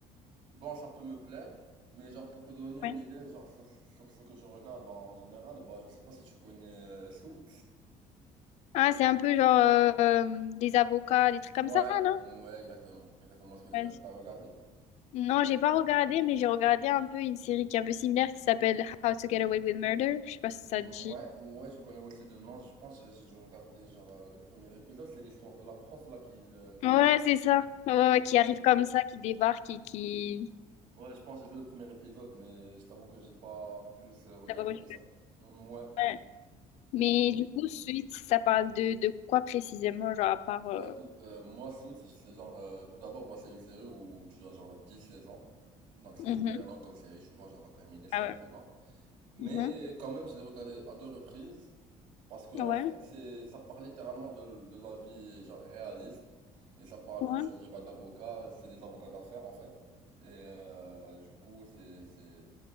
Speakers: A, on the right; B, on the left.
A: Bon, ça peut me plaire, mais genre pour te donner une
B: Ouais.
A: idée, genre sur, sur ce que je regarde en général, bah je sais pas si tu connais euh, Suits.
B: Ah, c'est un peu genre euh, euh, des avocats, des trucs comme
A: Ouais,
B: ça, non?
A: ouais, exactement, exactement ce que euh,
B: Ouais.
A: t'as regardé.
B: Non, j'ai pas regardé, mais j'ai regardé un peu une série qui est un peu similaire qui s'appelle How to Get Away with Murder. Je sais pas si
A: Ouais,
B: ça te dit.
A: ouais, je connais aussi de nom. Je pense que j'ai j'ai dû regarder genre euh, le premier épisode, c'est l'histoire de la prof là qui. euh,
B: Ouais, c'est ça. Ouais, ouais,
A: Ok,
B: ouais, qui arrive
A: ok.
B: comme ça, qui débarque et qui...
A: Ouais, je pense que j'ai vu le premier épisode, mais je t'avoue que j'ai pas plus euh, regardé
B: Ça va, ouais.
A: que ça. Mm, Ouais.
B: Ouais. Mais du coup, suite, ça parle de, de quoi précisément, genre à part...
A: Bah
B: euh,
A: écoute, euh, moi Suits, c'est genre, euh, tout d'abord, bah, c'est une série où tu as genre 10 saisons. Donc c'est
B: mhm.
A: hyper lent comme série, tu vois, genre à terminer, c'est
B: Ah
A: un
B: ouais.
A: peu lent. Mais
B: Mhm.
A: quand même, je l'ai regardé à deux reprises. Parce que en
B: Ouais,
A: fait, c'est, ça parle littéralement de, l- de la vie genre réaliste. Et ça parle,
B: ouais,
A: comme tu as dit, bah, d'avocats, c'est des avocats d'affaires en fait. Et euh, du coup, c'est, c'est,